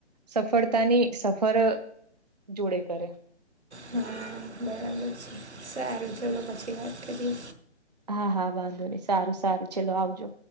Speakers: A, on the right; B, on the right.
A: સફળતાની સફર, સાથે કરે.
B: હા, બરાબર છે. સારું ચલો પછી વાત કરીએ.
A: હા, હા. વાંધો નહી સારું સારું ચલો આવજો.